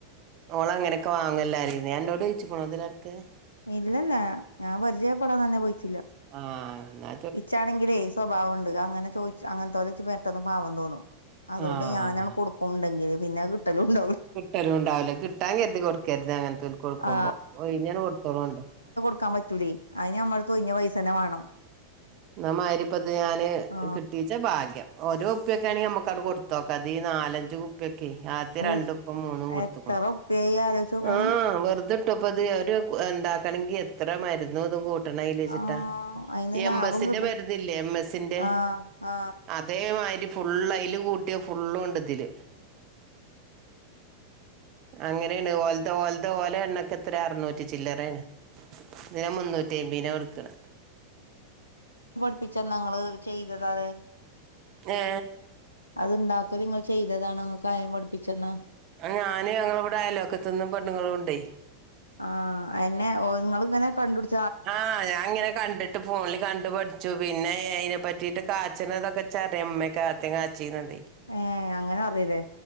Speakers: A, on the right; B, on the left.
A: ഓള് അങ്ങനൊക്കെ വാങ്ങു എല്ലാരെന്നും അന്നോട് ചോയ്ച്ചിക്ക്ണോ ഇതിനെട്ക്ക്
B: ഇല്ലല്ല ഞാൻ പരിചയപ്പെടാൻ തന്നെ പോയിട്ടില്ല
A: ആ ന്നാ
B: ഇച്ചാണെങ്കിലേ സ്വഭാവം ഇണ്ട് അങ്ങനെ ചോയിച അങ്ങൻത്തൊലെ ഇച്ച് പെട്ടന്ന് പാവം തോന്നും അതുകൊണ്ട്
A: ആഹ്
B: ഞാനാണ് കൊടുക്കും ഇണ്ടെങ്കില് പിന്നെ കിട്ടലും ഉണ്ടാവൂല
A: കിട്ടലും ഇണ്ടാവൂല കിട്ടാൻ കര്തി കൊടുക്കര്ത് അങ്ങൻത്തോൽക്ക് കൊടുക്കുമ്പോ
B: ആ
A: ഒഴിഞാണ്ട് കൊടുത്തോളോണ്ടു
B: ക്കാം പറ്റൂലേ അഴിന് ഞമ്മള അട്ത്ത് ഒഴിഞ്ഞ പൈസന്നെ വാണം
A: ന്നാമായിരിപ്പത് ഞാന്
B: ആ
A: കിട്ടീച്ച ഭാഗ്യം ഒരോ കുപ്പ്യക്കെ ആണെങ്കില് നമുക്ക് ആണ്ട് കൊടുത്തോക്കാ ഇത് ഈ നാലഞ്ച് പ്പക്കെ ആദ്യ
B: ഔ
A: രണ്ടും ഇപ്പം മൂന്നും കൊടുത്ത്ക്ക്ണ്
B: എത്ര ഉറുപ്പ്യായി ആലോചിച്ച് നോക്കാണി
A: ആ വെർതെ ട്ടപ്പത് ഒരു ഇണ്ടാക്കണെങ്കി എത്ര മര്ന്നും ഇതും കൂട്ടണം അയില്ചിട്ടാ
B: ആ അതിന് ലാഭം
A: എം എസി
B: കിട്ട
A: ന്റെ മര്ന്നില്ലേ എം എസി ന്റെ
B: ആ
A: അ
B: ആ
A: അതേമായിരി ഫുള്ള് അയില് കൂട്ടിയ ഫുള്ളും ഇണ്ട് ഇതില് അങ്ങനെണ് ഓൽതൊ ഓൽതൊ ഓല എണ്ണക്കെ എത്ര അറുന്നൂറ്റി ചില്ലറേണ് ഇതിന് മുന്നൂറ്റി അയ്മ്പേന കൊട്ക്ക്ണ
B: പഠിപ്പിച്ചന്നാ ങ്ങള് ചെയ്തത അതെ
A: ഏ
B: അത്ണ്ടാക്കല് ഇങ്ങൾ ചെയ്തതാണോ ഇങ്ങക്ക് ആരേം പഠിപ്പിച്ചന്നാ
A: ആ ഞാന് ഞങ്ങള ഇവടെ അയലോക്കത്ത്ന്ന് പെണ്ണ്ങ്ങളും ഇണ്ടേ
B: ആ അ എന്നെ ഓ ഇങ്ങള് ഇങ്ങനെ കണ്ടുപിടി
A: ആ ഞാങ്ങനെ കണ്ട്ട്ട് ഫോൺല് കണ്ടു പഠിച്ചു പിന്നെ അയിനെ പറ്റിയിട്ട് കാച്ണതൊക്കെ ഇച്ചറിയ ഇമ്മേക്കെ <unintelligible> ചീനതെ
B: ഏ അങ്ങനെ അറിയ ലെ